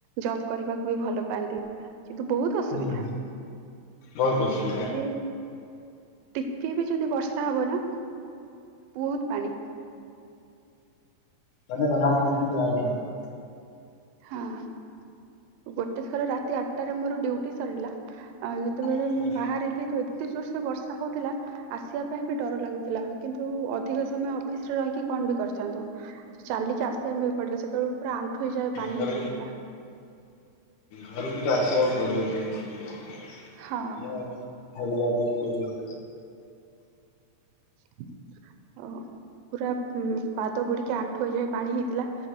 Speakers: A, on the right (about 85°); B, on the left (about 70°).
A: ଜବ୍ କରିବାକୁ ବି ଭଲ ପାଆନ୍ତି କିନ୍ତୁ ବହୁତ ଅସୁବିଧା
B: ହୁଁ, ବହୁତ ଅସୁବି
A: ସେଠି ଟିକେ ବି ଯଦି ବର୍ଷା ହବ ନା ବହୁତ ପାଣି।
B: ମାନେ ବାହାରକୁ ବି ବାହାରି ହଉନି।
A: ହଁ। ଗୋଟେ ଥର ରାତି ଆଟରେ ମୋର ଡ୍ୟୁଟି ସରିଲା ଅଁ, ଯେତେବେଳେ
B: ହଉନି।
A: ମୁଁ ବାହାରିଲି ତ ଏ ଏତେ ଜୋର ସେ ବର୍ଷା ହଉଥିଲା ଆସିବା ପାଇଁ ବି ଡର ଲାଗୁଥିଲା, କିନ୍ତୁ ଅଧିକ ସମୟ ଅଫିସ୍ ରେ ରହିକି କଣ ବି କରିଥାନ୍ତୁ। ତ ଚାଲିକି ଆସିବା ପାଇଁ ଏପଟରେ ସେତେବେଳୁ ପୁରା ଆଣ୍ଠୁ ଏ ଯାଏ ପାଣି
B: ଘର
A: ହେଇଯାଇଥିଲା।
B: ଘରକୁ ତ ଆସିବାକୁ ପଡିବ ଯେମିତି <inaudible>
A: ହଁ
B: ଫେରିବାକୁ ତ ପଡିବ <inaudible>
A: <unintelligible> ଓହୋ, ପୁରା ଉଁ, ପାଦ ବୁଡିକି ଆଣ୍ଠୁଏ ଯାଏ ପାଣି ହେଇଥିଲା।